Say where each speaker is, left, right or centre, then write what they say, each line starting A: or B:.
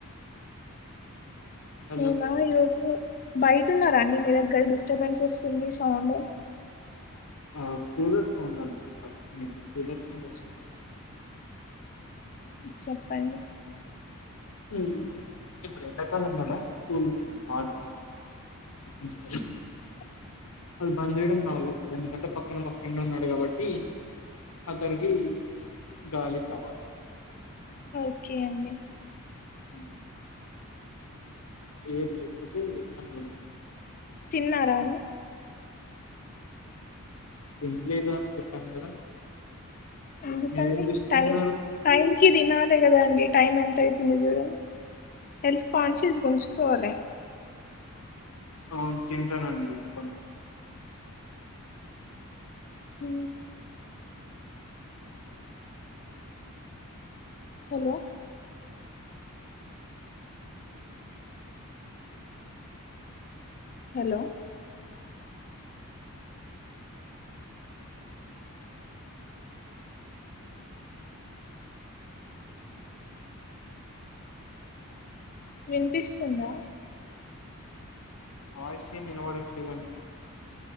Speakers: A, on the left; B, on the left.
A: హలో
B: నేనా యూ హు బయటన్నారండి మీ దగ్గర డిస్టర్బెన్స్ వస్తుంది సౌండ్
A: ఆ కూలర్ సౌండ్ అనుకుంటా మీకు కూలర్ సౌండ్ వస్తు
B: చెప్పండి
A: ఉమ్ ఇప్పుడు ఎండకాలం కదా కూల్ వాళ ఎ స
B: అ
A: అది బంద్ చేయడం రావల ఎందుకంటే పక్కన మా ఫ్రెండ్ ఉన్నాడు కాబట్టి అతనికి గాలి కావాలి
B: ఓకే అండి
A: ఉమ్ ఏది లేకపోతే విన్నాను
B: తిన్నారా అండి
A: తినలేదు అని చెప్పాను కదా
B: ఎందుకండి
A: మీరేం చేస్తున్నారు
B: టైం టైం కి తినాలి కదాండి టైం ఎంత అయితుంది చూడండి హెల్త్ కాన్షియస్గా ఉంచుకోవాలి.
A: అవును తింటానండి ఇప్పన్
B: మ్ హలో హలో వినిపిస్తుందా
A: వాయిస్ ఏమి వినబడటం లేదండి మీది